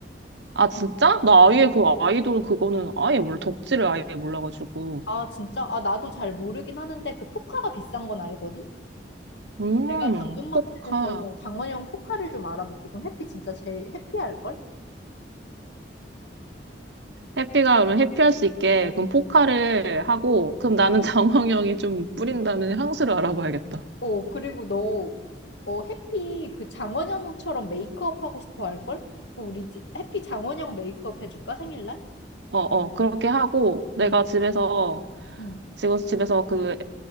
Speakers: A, on the right; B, on the left.
A: 아, 진짜? 나 아예 그 아이돌 그거는 아예 몰라. 덕질을 아예 몰라가지고.
B: 아, 진짜? 아, 나도 잘 모르긴 하는데 그 포카가 비싼 건 알거든?
A: 음,
B: 내가 당근마켓에서
A: 포카.
B: 장원영 포카를 좀 알아볼게. 그럼 해피 진짜 제일 해피할걸?
A: 해피가 그럼 해피할 수 있게 그럼 포카를 하고 그럼 나는 <laughs> 장황형이 좀 뿌린다는 향수를 알아봐야겠다.
B: 어, 그리고 너, 어, 해피 그 장원영처럼 메이크업 하고 싶어 할걸? 그 우리 지- 해피 장원영 메이크업 해줄까? 생일날?
A: 어, 어, 그렇게 하고 내가
B: 응,
A: 집에서
B: 응.
A: 지금 집에서 그